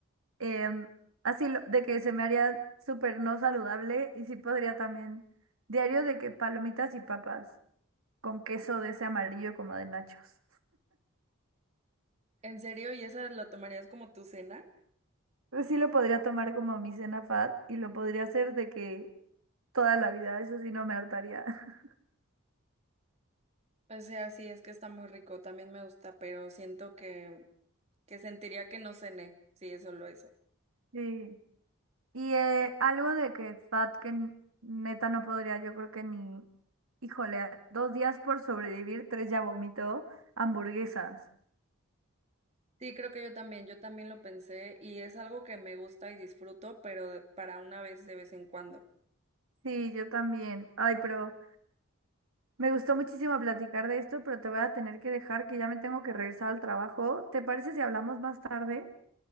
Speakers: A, on the right; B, on the right.
A: Em, así lo- de que se me haría súper no saludable y sí podría también diario de que palomitas y papas con queso de ese amarillo como de nachos.
B: ¿En serio? ¿Y esa lo tomarías como tu cena?
A: Pues sí lo podría tomar como mi cena fat y lo podría hacer de que toda la vida, eso sí no me hartaría. <laughs>
B: O sea, sí, es que está muy rico, también me gusta, pero siento que, que sentiría que no cené, sí, es solo eso.
A: Sí. Y eh, algo de que fat que n- neta no podría, yo creo que ni. Híjole, a- dos días por sobrevivir, tres ya vomitó. Hamburguesas.
B: Sí, creo que yo también, yo también lo pensé y es algo que me gusta y disfruto, pero de- para una vez de vez en cuando.
A: Sí, yo también. Ay, pero me gustó muchísimo platicar de esto, pero te voy a tener que dejar que ya me tengo que regresar al trabajo. ¿Te parece si hablamos más tarde?